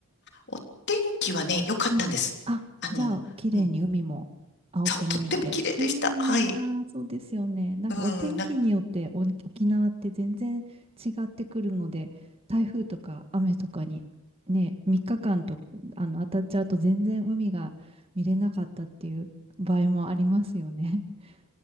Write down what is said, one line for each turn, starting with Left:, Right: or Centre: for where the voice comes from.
Left: お天気はね、良かったんです。
Right: うん。あ、
Left: あの、
Right: じゃあ、綺麗に海も青く見えて。
Left: うんと、とっても綺麗でした。
Right: うーん、
Left: はい。
Right: ああ、そうですよね。なんかお天気によってお沖縄って全然違ってくるので、
Left: うん、なんか、
Right: 台風とか雨とかにね、3日間とあの当たっちゃうと全然海が見れなかったっていう場合もありますよね。<laughs>